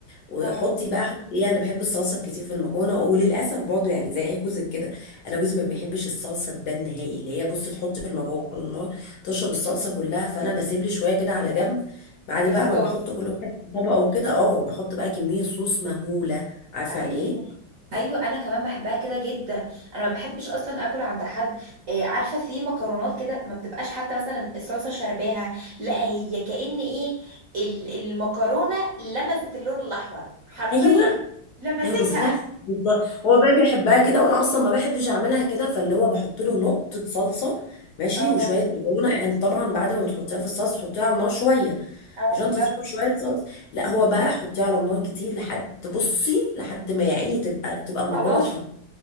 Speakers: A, on the left; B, on the right.
A: وحطي
B: اه
A: بقى حطي ايه انا بحب الصلصه كتير في المكرونه وللاسف برضه يعني زي جوزك كده انا جوزي ما بيحبش الصلصه تبان نهائي اللي هي بصي تحطي المكرونه على النار تشرب الصلصه كلها فانا بسيب لي شويه كده على جنب بعد
B: بالصوص
A: بقى ما بحط كل واحد في طبقه وكده اه بحط بقى كميه صوص مهوله عارفه
B: ايوه
A: يعني ايه
B: ايوه انا كمان بحبها كده جدا انا ما بحبش اصلا اكل عند حد إيه عارفه في مكرونات كده ما بتبقاش حتى مثلا الصلصه شرباها لا هي كأن ايه ال- المكرونه لمست اللون الاحمر حرفيا
A: ايوه
B: لمستها
A: ايوه بالظبط بالظبط هو بقى بيحبها كده وانا اصلا ما بحبش اعملها كده فاللي هو بحط له نقطه صلصه ماشي
B: اه
A: وشويه مكرونه يعني طبعا بعد ما بتحطيها في الصلصه حطيها على النار شويه
B: اه
A: عشان
B: بالظبط
A: تطلب شويه صلصه لا هو بقى حطيها على النار كتير لحد بصي لحد ما يا عيني تبقى تبقى المكرونه
B: خلاص
A: اتحط